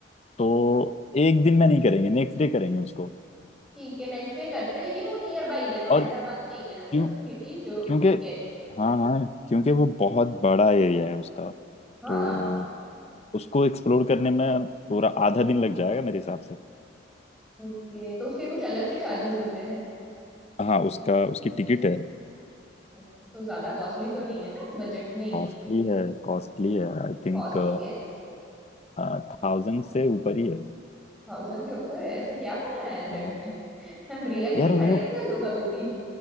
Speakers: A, on the left; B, in the centre.
A: तो एक दिन में नहीं करेंगे नेक्स्ट डे करेंगे उसको
B: ठीक है नेक्स्ट डे करते हैं लेकिन वो नियर बाय ही है ना
A: और
B: हैदराबाद में ही है ना
A: क्यों
B: वो सिटी जो कहते
A: क्योंकि हाँ हाँ क्योंकि वो बहुत बड़ा एरिया है उसका
B: हाँ
A: तो उसको एक्सप्लोर करने में पूरा आधा दिन लग जाएगा मेरे हिसाब से
B: ओके तो उसके कुछ अलग से चार्जेस होते हैं
A: हाँ उसका उसकी टिकट है
B: Okay, तो ज्यादा कॉस्टली तो नहीं है ना बजट में ही
A: कॉस्टली
B: है
A: है कॉस्टली है आई थिंक
B: कॉस्टली है
A: थाउजेंड से ऊपर ही है
B: थाउजेंड के ऊपर है ऐसा क्या बना है सेट
A: हाँ
B: में <laughs> रियल
A: यार
B: के खड़े
A: वो
B: हैं क्या लोग अभी भी